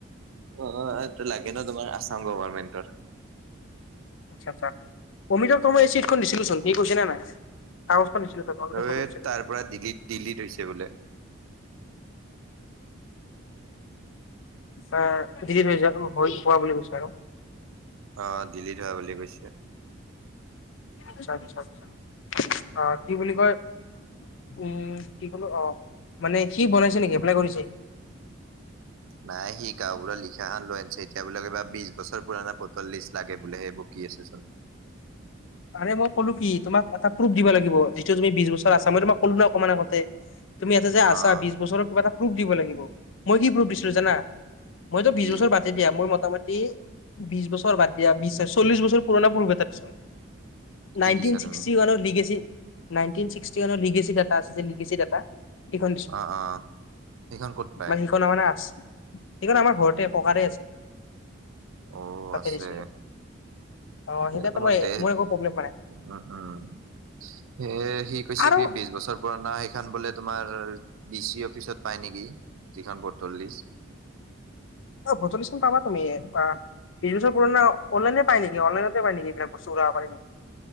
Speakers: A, on the right; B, on the left.
A: অ', এটো লাগে ন তোমাৰ আছাম গভাৰ্ণমেণ্টৰ।
B: আচ্ছা- আচ্ছা, অমিতক তোমাৰ এই চিটখন দিছিলোচোন, সি কৈছে নে নাই, কাগজখন দিছিলো। তাক কাগজত
A: ঐ
B: ফটো দিছিলো
A: তাৰ পৰা দিগিত দিলিত হৈছে বোলে।
B: আ দিলিত হৈ হোৱা বুলি কৈছে আৰু।
A: অ', দিলিত হোৱা বুলি কৈছে।
B: আচছা-আচ্ছা, অ', কি বুলি কয় উম, কি ক'লো অ', মানে সি বনাইছে নেকি এপ্লাই কৰিছে।
A: নাই সি গাঁওবুঢ়া লিখা খন লৈ আনিছে, এতিয়া বোলে কিবা বিজ বছৰ পুৰনি ফটোৰ লিষ্ট লাগে বোলে, এই বকি আছে চোন।
B: মানে মই ক'লো কি তোমক এটা প্ৰুফ দিব লাগিব, যিটো তুমি বিশ বছৰ আছা, মই তোমাক ক'লো ন অকমান আগতে। তুমি ইয়াতে যে
A: অ',
B: আছা, বিছ বছৰৰ কিবা এটা প্ৰুফ দিব লাগিব, মই কি প্ৰুফ দিছিলো জানা। মইতো
A: কি
B: বিছ বছৰ বা দেই দিয়া মোৰ মোটামুটি বিছ বছৰ বাদ দিয়া, বিছ চল্লিশ বছৰ পুৰণা প্ৰুভ এটা দিছো।
A: কি
B: নাইন্টিন
A: দিছা
B: চিক্সটি
A: তুমি?
B: ওৱানত লিগেছি, নাইন্টিন চিক্সি ওৱানৰ লিগেছি ডাতা আছে যে, লিগেছি ডাতা। সেইখন দিছো,
A: অ', অ', সেইখন ক'ত পাই?
B: মানে সেইখন মানে আছ, সেইখন আমাৰ ঘৰত তে ককাৰে
A: অ',
B: আছে,
A: অ
B: তাতে
A: আছে।
B: দিছিলো। অ', তেতিয়া
A: এ
B: তোমাৰ এই
A: দে
B: মোৰ একো প্ৰব্লেম পোৱা নাই
A: উম, উম, এ সি কৈছে
B: আৰু
A: কি বি বিছ বছৰ পুৰণা সেইখন বোলে তোমাৰ ডি চি অফিচত পাই নেকি, যিখন ভোটৰ লিষ্ট।
B: অ', ভোটৰ লিষ্টখন পাবা তুমি, কোৱা বিছ বছৰ পুৰণা অনলাইনে পায় নেকি, অনলাইনতে পায় নেকি, বস্তু <unintelligible>